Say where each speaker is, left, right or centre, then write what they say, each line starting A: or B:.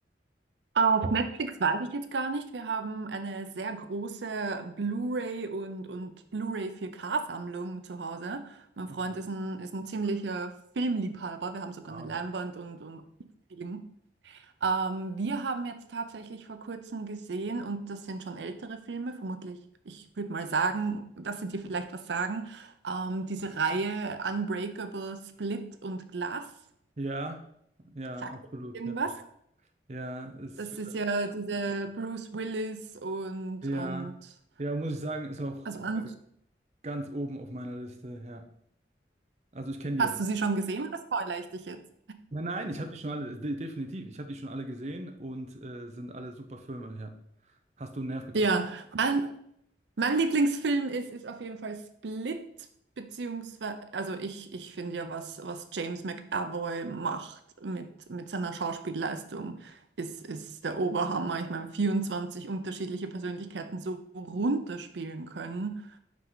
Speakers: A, on the right (about 80°); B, on the right (about 40°).
A: Auf Netflix weiß ich jetzt gar nicht. Wir haben eine sehr große Blu-ray und, und Blu-ray 4K-Sammlung zu Hause. Mein
B: Ah,
A: Freund ist ein, ist ein ziemlicher Filmliebhaber. Wir haben sogar
B: Wow.
A: eine Leinwand und, und Film. Ähm, wir haben jetzt tatsächlich vor kurzem gesehen, und das sind schon ältere Filme, vermutlich, ich würde mal sagen, dass sie dir vielleicht was sagen, ähm, diese Reihe Unbreakable, Split und Glass.
B: Ja, ja,
A: Sagt
B: absolut,
A: dir das irgendwas?
B: ja. Ja, ist,
A: Das ist ja diese Bruce Willis und,
B: ja,
A: und
B: ja, muss ich sagen, ist auch
A: also
B: äh,
A: an,
B: ganz oben auf meiner Liste, ja. Also ich kenne die
A: hast
B: auf
A: du sie schon gesehen oder spoilere ich dich jetzt?
B: Nein, nein, ich habe die schon alle, de- definitiv, ich habe die schon alle gesehen und äh, sind alle super Filme, ja. Hast du einen Nerv getroffen?
A: Ja, mein, mein Lieblingsfilm ist, ist auf jeden Fall Split, beziehungsweise, also ich, ich finde ja, was, was James McAvoy macht mit, mit seiner Schauspielleistung, ist, ist der Oberhammer. Ich meine, 24 unterschiedliche Persönlichkeiten so runterspielen können,